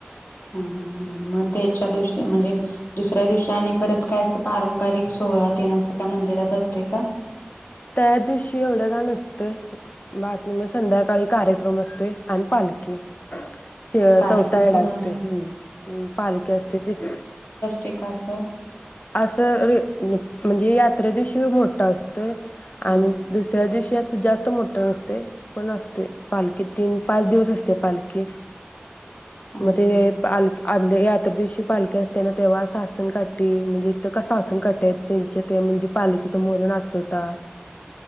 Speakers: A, on the left; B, on the left.
A: हा हा मग त्याच्या दिवशी म्हणजे दुसऱ्या दिवशी आणि परत काय अस पारंपरिक सोहळा तेन असं काय मंदिरात असतोय का?
B: त्या दिवशी एवढे काय नसतय बाकी म संध्याकाळी कार्यक्रम असतोय आणि पालखी तिळ
A: पालखी
B: चौथा
A: सोहळा
B: हेड असत हम्म पालखी असते तिथे.
A: ते का अस.
B: असं हे ह म्हणजे यात्रे दिवशी मोठा असतो.
A: हां
B: आणि दुसऱ्या दिवशी अस जास्त मोठं नसतय पण असतोय पालखी तीन पाच दिवस असते पालखी.
A: हां
B: म ते पाल आदल्या या तर दिवशी पालखी असतेना तेव्हा सहासन काढ ते म्हणजे इथ कस आसन कट त्यांच्या ते म्हणजे पालखीच्या म्होरं नाचवतात.